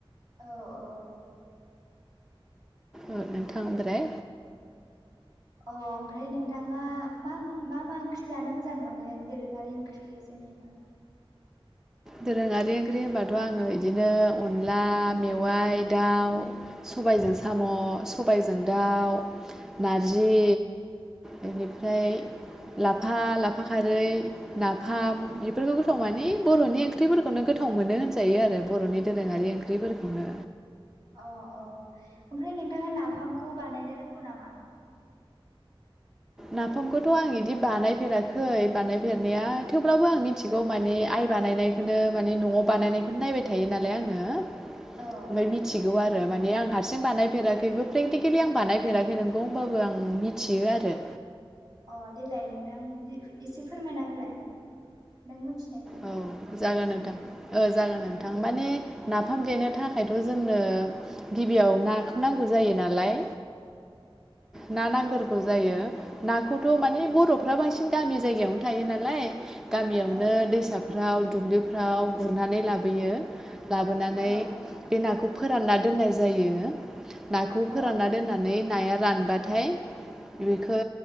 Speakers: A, on the right (about 45°); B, in the centre.
A: औ औ औ
B: औ नोंथां ओमफ्राय
A: अ ओमफ्राय नोंथांङा मा मा मा ओंख्रि जानो मोजां मोनो दोरोङारि ओंख्रि जेनबा जेनेबा।
B: दोरोङारि ओंख्रि होनबाथ' आंङो बिदिनो अनला मेवाय दाउ सबायजों साम' सबायजों दाउ नारजि बेनिफ्राय लाफा लाफा खारै नाफाम बेफोरखौ गोथाव माने बर'नि ओंख्रिफोरखौनो गोथाव मोनो होनजायो आरो बर'नि दोरोङारि ओंख्रिफोरखौनो
A: अ अ ओमफ्राय नोंथांङा नाफामखौ बानायनो रोंगौ नामा
B: नाफामखौथ' आं बिदि बानायफेराखै बानायफेरनाया थेवब्लाबो आं मिथिगौ माने आइ बानायनायखौनो माने न'आव बानायनायखौनो नायबाय थायो नालाय आंङो ओमफ्राय
A: औ
B: मिथिगौ आरो मा माने आं हारसिं बानायफेराखैबो प्रेकटिकेलि आं बानायफेराखै नोंगौ होमबाबो आं मिथियो आरो
A: अ देलाय नोंथां एसे फोरमायना होलाय नों मिथि
B: औ जागोन नोंथां ओ जागोन नोंथां माने नाफाम देनो थाखायथ' जोंनो गिबियाव नाखौ नांगौ। जायो नालाय
A: <inaudible>
B: ना नांगोरगौ जायो नाखौथ' माने बर'फ्रा बांसिन गामि जायगायावनो थायो नालाय गामियावनो
A: औ
B: दैसाफ्राव दुब्लिफ्राव गुरनानै लाबोयो लाबोनानै
A: औ
B: बे नाखौ फोरानना दोननाय जायो नाखौ
A: औ
B: फोरानना दोननानै नाया रानबाथाय बेखौ